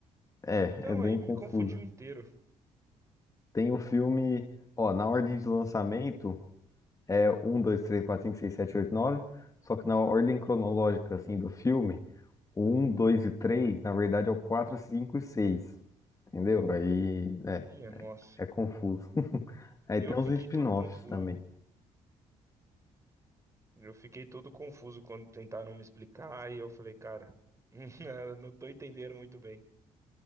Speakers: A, on the left; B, on the right.
A: é,
B: Então
A: é é bem
B: aí me
A: confuso.
B: confundiu inteiro.
A: Tem o filme, ó, na ordem de lançamento, é 1, 2, 3, 4, 5, 6, 7, 8, 9. Só que na ordem cronológica, assim, do filme, o 1, 2 e 3 na verdade, é o 4, 5 e seis, Entendeu? Aí, é,
B: Minha nossa.
A: é confuso. <laughs> Aí
B: Eu
A: tem
B: fiquei
A: os spin-offs
B: todo confuso.
A: também.
B: Eu fiquei todo confuso quando tentaram me explicar e eu falei, cara, <laughs> eu não tô entendendo muito bem.